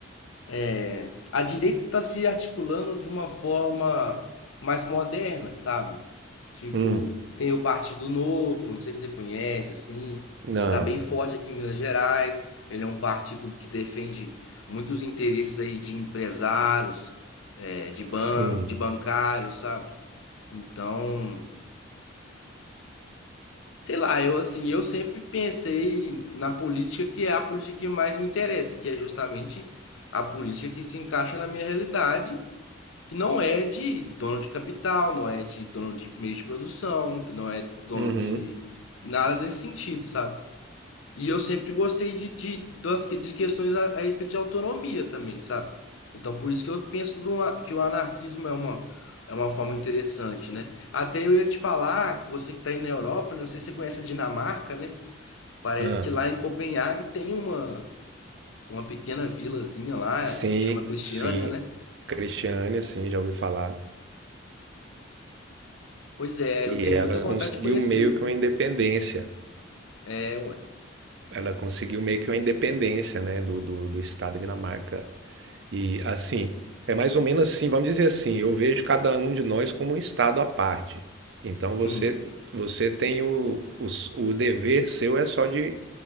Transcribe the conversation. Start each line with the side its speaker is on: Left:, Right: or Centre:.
Left: É, a direita está se articulando de uma forma mais moderna, sabe? Tipo,
Right: Hum,
Left: tem o Partido Novo, não sei se você conhece, assim,
Right: não,
Left: que está bem forte aqui em Minas Gerais. Ele é um partido que defende muitos interesses aí de empresários, é, de banco,
Right: sim,
Left: de bancários, sabe? Então, sei lá, eu assim, eu sempre pensei na política que é a política que mais me interessa, que é justamente a política que se encaixa na minha realidade que não é de dono de capital, não é de dono de meios de produção, que não é dono
Right: uhum,
Left: de nada nesse sentido, sabe? E eu sempre gostei de, de, das, que- de questões a, a respeito de autonomia também, sabe? Então por isso que eu penso do a- que o anarquismo é uma, é uma forma interessante, né? Até eu ia te falar, que você que está aí na Europa, né, não sei se você conhece a Dinamarca, né? Parece
Right: ah,
Left: que lá em Copenhague tem uma, uma pequena vilazinha lá,
Right: sim,
Left: chama Cristiânia,
Right: sim.
Left: né?
Right: Cristiane, assim, já ouvi falar.
Left: Pois é, eu
Right: E
Left: tenho
Right: ela
Left: muita vontade
Right: conseguiu
Left: de conhecer.
Right: meio que uma independência.
Left: É, ué.
Right: Ela conseguiu meio que uma independência, né, do, do, do Estado da Dinamarca. E assim, é mais ou menos assim, vamos dizer assim, eu vejo cada um de nós como um estado à parte. Então
Left: Uhum.
Right: você você tem o, o, s- o dever seu é só de